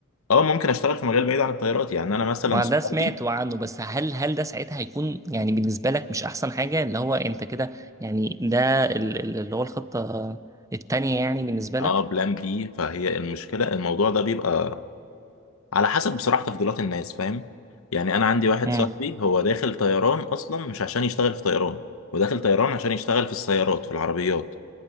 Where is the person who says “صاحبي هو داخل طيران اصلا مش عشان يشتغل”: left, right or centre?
Left